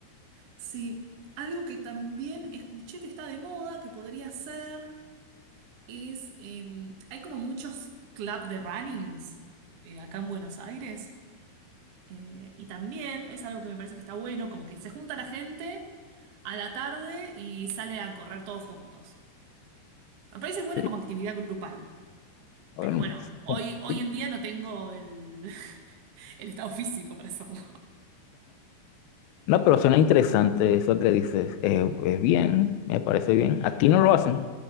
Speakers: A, on the right (about 70°); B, on the left (about 80°).
A: sí, algo que también escuché que está de moda, que podría ser, es, eh, hay como muchos club de runnings eh, acá en Buenos Aires. Eh, y también es algo que me parece que está bueno, como que se junta la gente a la tarde y sale a correr todos juntos. Me parece bueno
B: Sí.
A: como actividad grupal,
B: Bueno,
A: pero bueno, hoy, hoy
B: sí.
A: en
B: <laughs>
A: día no tengo el, <laughs> el estado físico para hacerlo.
B: No, pero suena interesante eso que dices. Es, es bien, me parece bien. Aquí no lo hacen,